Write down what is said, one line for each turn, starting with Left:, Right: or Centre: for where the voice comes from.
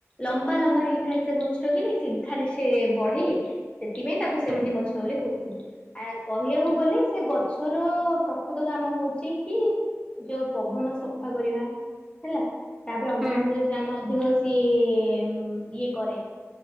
Left: ଲମ୍ବା ଲମ୍ବା ହେଇଥାଏ ସେ ଗଛ ଗଛ କି ନାଇ ସିଧାରେ ସେ ବଢେ ସେଥିପାଇଁ
Centre: ହୁଁ
Left: ତାକୁ ସେମିତି
Centre: ହୁଁ
Left: ଗଛ ବୋଲି କହୁଛନ୍ତି। ଆ କହିବାକୁ
Centre: ହୁଁ
Left: ଗଲେ ସେ ଗଛର ପ୍ରକୃତ କାମ ହଉଛି କି ଯୋଉ ପବନ ସଫା କରିବା ହେଲା ତାପରେ ଅମଳଜ
Centre: ହୁଁ
Left: ଯାନ ଅଧିକ ସିଏ ଇଏ କରେ